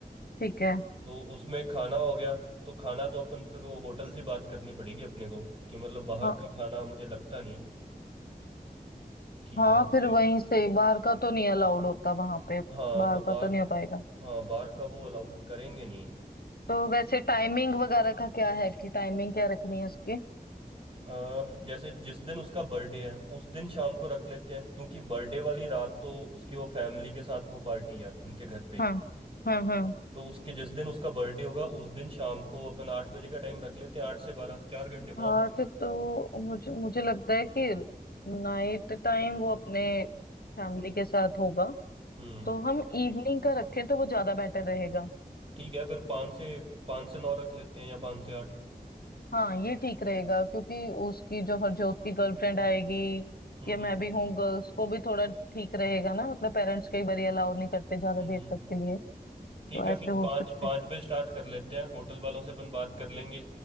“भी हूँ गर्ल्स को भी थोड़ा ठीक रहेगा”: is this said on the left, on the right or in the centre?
Left